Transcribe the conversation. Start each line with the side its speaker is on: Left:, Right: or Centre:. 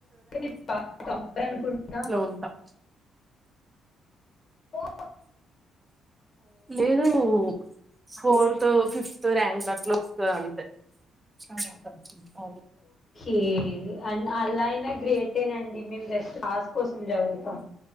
Left: మీరు టాపర్ అనుకుంటా
Right: లో ఉంటాం
Left: అబ్బా
Right: లేదు ఫోర్త్ ఫిఫ్త్ ర్యాంక్ అట్లుస్తు అంటే స స అ
Left: ఏే అ అలా అయినా గ్రేటేనండి మేము జస్ట్ కస్ కోసం చదువుతాం